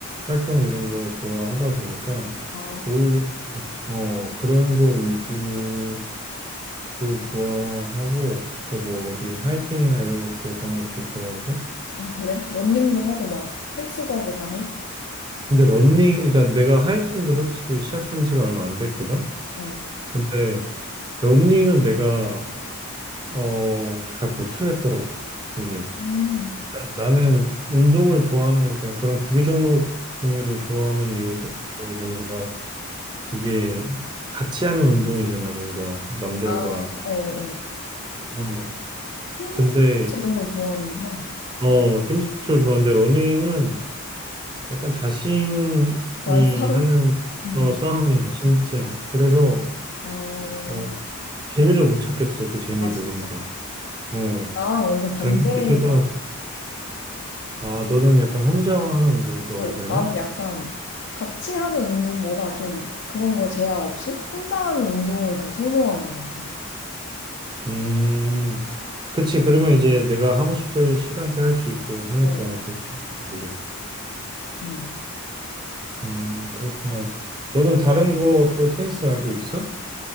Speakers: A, on the right; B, on the left.
A: 활동 이런 거 좋아하다 보니까
B: 아,
A: 오히려 어 그런 거 위주를 좋아하고 그러니까 뭐 어디 하이킹이나 이런 것도 가는 것도 좋아하고
B: 아, 그래? 런닝도 하고 막 헬스도 하고 다 해?
A: 근데 러닝 그러니까 내가 하이킹도 솔직히 시작한 지가 얼마 안 됐거든.
B: 어.
A: 근데 러닝은 내가 어 잘 못하겠더라고 이게.
B: 음.
A: 나는 운동을 좋아하는, 그러니까 그런 구기 종목 종류를 좋아하는 이유도 뭔가 이게 같이 하는 운동이잖아, 뭔가 남들과.
B: 아, 어, 어.
A: 어.
B: 팀
A: 근데,
B: 스포츠 이런 걸 좋아하는구나.
A: 어, 팀 스포츠를 좋아하는데 러닝은 약간 자신이
B: 과외 싸움?
A: 하는
B: 응,
A: 어, 싸움이야, 진짜. 그래서,
B: 응. 어,
A: 어, 재미를 못 찾겠어, 그 재미를
B: 아, 진짜?
A: 뭔가. 어,
B: 나랑 완전 반대다.
A: 당연히 힘들기도 하고. 아, 너는 약간 혼자 하는 운동 좋아해,
B: 어,
A: 그러면?
B: 나는 약간 같이 하는 운동보다 좀 그런 거 제약 없이 혼자 하는 운동을 더 선호하는 것 같아.
A: 음. 그치, 그러면 이제 내가 하고 싶을 시간대 할 수 있고 하니까
B: 어.
A: 좋긴 해, 그게.
B: 응.
A: 음, 그렇구나. 너는 다른 거 또 테니스 알고 있어?